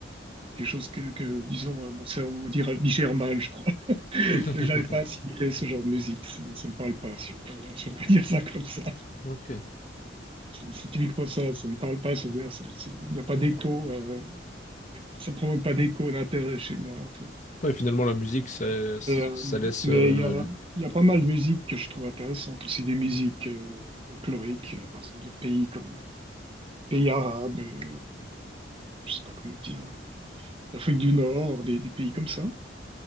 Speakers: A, on the right; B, on the left.
A: Quelque chose que, que, disons, euh, mon cerveau dira- digère mal, je crois. <laughs>
B: <laughs>
A: J'arrive pas à assimiler ce genre de musique. Ça, ne me parle pas, si on peut, si on peut dire ça comme ça.
B: Ok.
A: C'est c'est typiquement ça, ça me parle pas, c'est-à-dire, c'est- c'est- il n'y a pas d'écho, euh, ça provoque pas d'écho d'intérêt chez moi, en fait.
B: Ouais, finalement la musique, ça, ça
A: Et, euh,
B: laisse.
A: mais
B: euh,
A: il y a,
B: l-
A: il y a pas mal de musique que je trouve intéressante, aussi des musiques euh, folkloriques, euh, par exemple de pays comme pays arabes, euh, je sais pas comment dire, euh, l'Afrique du Nord, des, des pays comme ça.